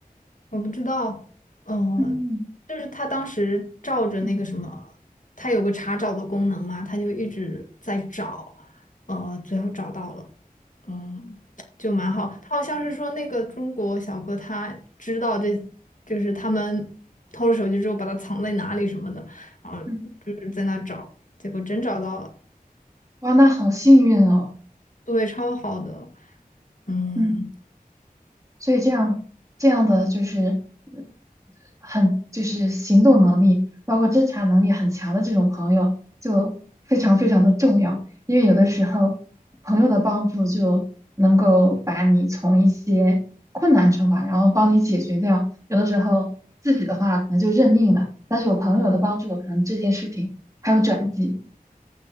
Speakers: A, on the left (about 55°); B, on the right (about 20°).
A: 我不知道，嗯、
B: 嗯
A: 就是他当时照着那个什么，
B: 嗯。
A: 他有个查找的功能嘛，他就一直在找，呃，最后找到了，嗯，就蛮好。他好像是说那个中国小哥他知道这，就是他们偷了手机之后把它藏在哪里什么的，然后就是在那找，
B: 嗯
A: 结果真找到了，
B: 哇，那好幸运哦。
A: 对，超好的，嗯。
B: 嗯，所以这样这样的就是呃很就是行动能力，包括侦查能力很强的这种朋友，就非常非常的重要。因为有的时候朋友的帮助就能够把你从一些困难中吧，然后帮你解决掉。有的时候自己的话可能就认命了，但是有朋友的帮助，可能这件事情还有转机。